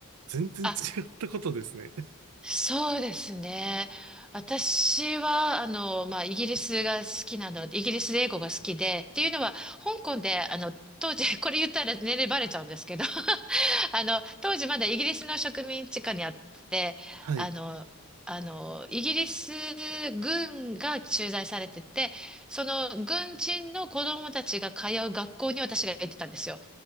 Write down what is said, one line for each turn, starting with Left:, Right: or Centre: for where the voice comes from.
Right: 全然違ったことですね。
Centre: あ
Right: <laughs>
Centre: そうですね。私は、あの、まあ、イギリスが好きなの、イギリスで英語が好きで、っていうのは、香港で、あの、当時、<laughs> これ言ったら年齢バレちゃうんですけど、<laughs> あの、当時まだイギリスの植民地下にあって、
Right: はい。
Centre: あの、あの、イギリス軍が駐在されてて、その軍人の子供たちが通う学校に私が行ってたんですよ。